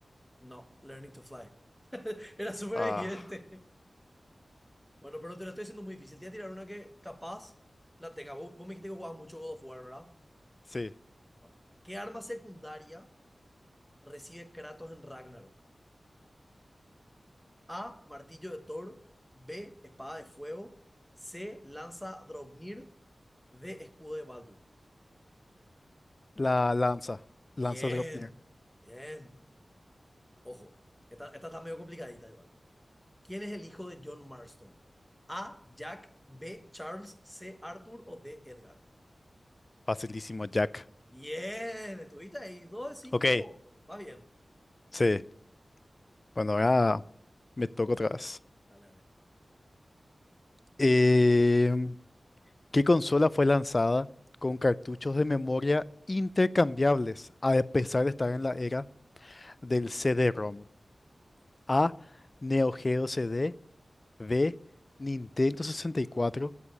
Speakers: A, in the centre; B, on the left (about 35°).
A: No, learning to fly. <laughs> Era súper
B: Ah,
A: evidente. Bueno, pero te lo estoy haciendo muy difícil. Te voy a tirar una que capaz la tenga. Vos, vos me dijiste que jugabas mucho God of War, ¿verdad?
B: sí.
A: Bueno, ¿qué arma secundaria recibe Kratos en Ragnarok? A. Martillo de Thor. B. Espada de fuego. C. Lanza Draupnir. D. Escudo de Baldur.
B: La lanza. Lanza
A: Bien,
B: Dropnir.
A: bien. Ojo, esta, esta está medio complicadita igual. ¿Quién es el hijo de John Marston? A. Jack. B. Charles. C. Arthur o D. Edgar.
B: Facilísimo, Jack.
A: Bien, estuviste ahí. dos de cinco,
B: Ok,
A: po. Va bien.
B: sí. Bueno, ahora me toca otra vez.
A: Dale, dale.
B: Em, ¿qué consola fue lanzada con cartuchos de memoria intercambiables a pesar de estar en la era del c d rom A. Neo Geo C d B, Nintendo 64.